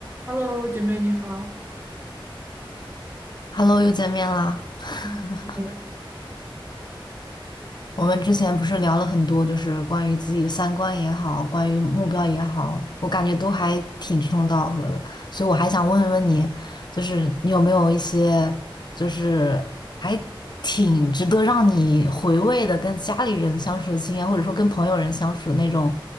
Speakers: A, on the right; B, on the left.
A: Hello，姐妹你好，
B: Hello，又见面啦。<laughs>
A: 嗯，对，
B: 我们之前不是聊了很多，就是关于自己的三观也好，关于目标也好，我感觉都还挺志同道合的。所以我还想问问你，就是你有没有一些，就是还挺值得让你回味的，跟家里人相处的经验，或者说跟朋友人相处的那种，